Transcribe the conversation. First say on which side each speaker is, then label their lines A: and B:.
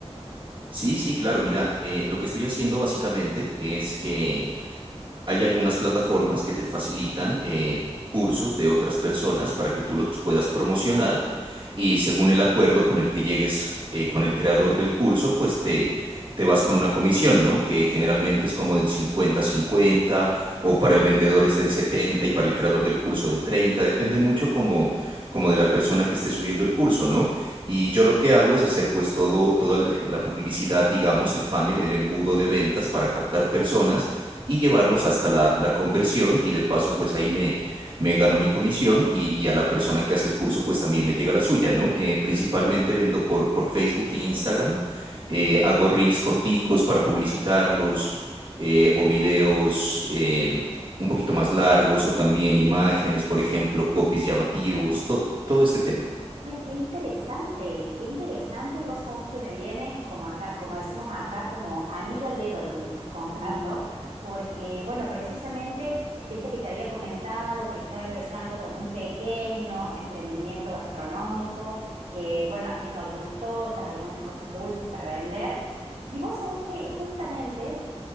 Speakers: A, on the right; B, on the right.
A: Sí, sí, claro, mira, eh, lo que estoy haciendo básicamente es que Hay algunas plataformas que te facilitan eh, cursos de otras personas para que tú los puedas promocionar y según el acuerdo con el que llegues eh, con el creador del curso, pues te, te vas con una comisión, ¿no? Que generalmente es como del 50 cincuenta o
B: Ajá.
A: para el vendedor es del 70 y para el creador del curso del treinta depende mucho como, como de la persona que esté subiendo el curso, ¿no? Y yo lo que hago es hacer pues todo, toda la la publicidad, digamos, el funnel, el embudo de ventas para captar personas y llevarlos hasta la, la conversión y de paso pues ahí me, me gano mi comisión y, y a la persona que hace el curso pues también le llega la suya, ¿no? Eh, principalmente vendo por, por Facebook e Instagram, eh, hago reels corticos para publicitarlos eh, o videos eh, un poquito más largos o también imágenes, por ejemplo, copies llamativos, to- todo este tema.
B: Ay, qué interesante, qué interesante. Y vos sabés que me viene, como acá, como decimos acá, como anillo al dedo lo que me estás contando, porque, bueno, precisamente, viste que te había comentado que estaba empezando con un pequeño emprendimiento gastronómico, eh, bueno, haciendo algunas tortas, algunas cosas dulces para vender. Y vos sabés que justamente